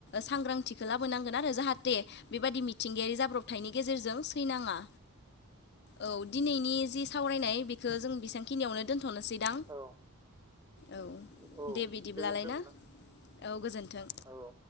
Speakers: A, on the left; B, on the right.
A: सांग्रांथिखौ लाबोनांगोन आरो जाहाथे बेबादि मिथिंगायारि जाब्रबथायनि गेजेरजों सैनाङा औ दिनैनि जि सावरायनाय बेखौ जों बेसेबांखिनियावनो दोनथ'नोसैदां
B: औ
A: औ।
B: औ
A: दे बिदिब्लालाय
B: गोजोन्थों
A: ना
B: नोंथां
A: औ गोजोन्थों।
B: औ